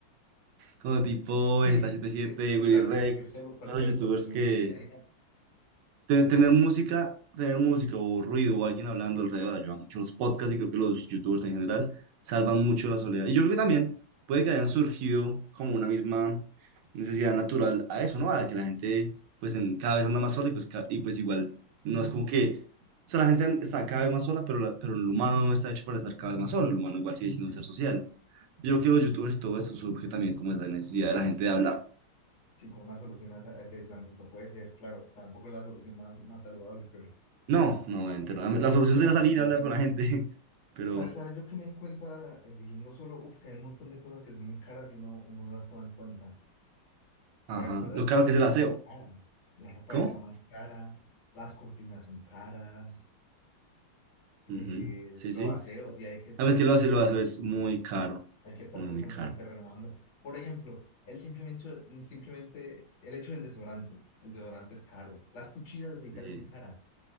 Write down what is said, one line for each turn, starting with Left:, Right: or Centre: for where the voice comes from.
Right: como
Left: Sí,
Right: tipo
Left: <laughs> Sí,
Right: vegeta setenta y siete,
Left: es que, es que
Right: Willy
Left: claro,
Right: Rex,
Left: no vivir solo cualquier
Right: todos los youtubers
Left: contenido
Right: que
Left: multimedia
Right: te-
Left: ayuda.
Right: tener música, tener música o ruido o alguien hablando alrededor ayuda mucho. Los podcasts y creo que los youtubers en general salvan mucho la soledad. Y yo creo que también puede que hayan surgido como una misma necesidad natural a eso, ¿no? A que la gente pues en, cada vez anda más sola y pues, ca- y pues igual no es como que... O sea, la gente está cada vez más sola, pero, la- pero el humano no está hecho para estar cada vez más solo. El humano igual sigue siendo
Left: Sí,
Right: un ser social. Yo creo que los youtubers y todo eso surge también como esa necesidad de la gente de hablar.
Left: Sí, como una solución a, a ese aislamiento puede ser, claro, tampoco es la solución más, más saludable, pero
Right: No, no, obviamente no. La solución
Left: Pero
Right: sería salir
Left: sí, gente,
Right: a hablar con la gente, <laughs> pero...
Left: ¿sabes? ¿Sabes? Yo que me di cuenta eh, viviendo solo, uf, que hay un montón de cosas que son muy caras y uno, uno no las toma en cuenta.
Right: Ajá.
Left: Por ejemplo, la
Right: Lo caro
Left: ropa
Right: que es
Left: de
Right: el
Left: cama
Right: aseo.
Left: es cara, ¿no? la ropa
Right: ¿Cómo?
Left: de cama es cara, las cortinas son caras, eh,
Right: Ujú, Sí,
Left: los
Right: sí.
Left: aseos, y hay que, es-
Right: A ver que lo hace, lo hace, es muy caro,
Left: hay que estar
Right: muy,
Left: constantemente
Right: muy caro.
Left: renovando. Por ejemplo, el simplemente, el simplemente, el hecho del desodorante, el desodorante es caro, las cuchillas de afeitar
Right: Sí,
Left: son caras,